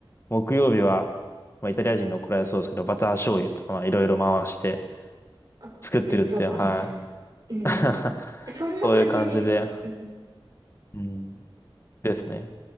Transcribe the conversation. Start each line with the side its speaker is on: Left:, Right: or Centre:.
Left: 木曜日は、まあイタリア人の怒られそうですけど、バター醤油とかまあいろいろ回して
Right: あ、
Left: 作ってるって、
Right: めっちゃ怒ります。
Left: はい。
Right: うん。
Left: <laughs>
Right: そんな感じ、
Left: そういう感じで。
Right: うん。
Left: うんですね。